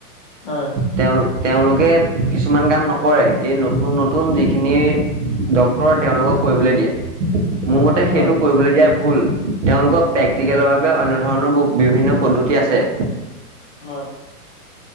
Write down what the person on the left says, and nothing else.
হয়
হয়
হয়